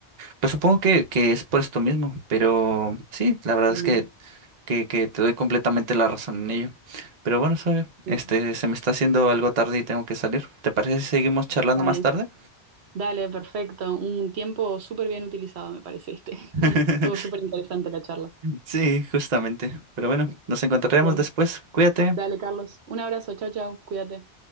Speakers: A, on the right; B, on the right.
A: pues supongo que, que es por esto mismo, pero sí, la verdad
B: totalmente.
A: es que, que, que te doy completamente la razón en ello. Pero bueno, Zoe,
B: Sí,
A: este, se me está haciendo algo tarde y tengo que salir. ¿Te parece si seguimos charlando
B: Dale.
A: más tarde?
B: Dale, perfecto. Un tiempo súper bien utilizado, me parece este.
A: <laughs>
B: <laughs> Estuvo súper interesante la charla.
A: Sí, justamente. Pero bueno, nos encontraremos
B: Bien.
A: después. Cuídate.
B: Dale, Carlos. Un abrazo. Chao, chao. Cuídate.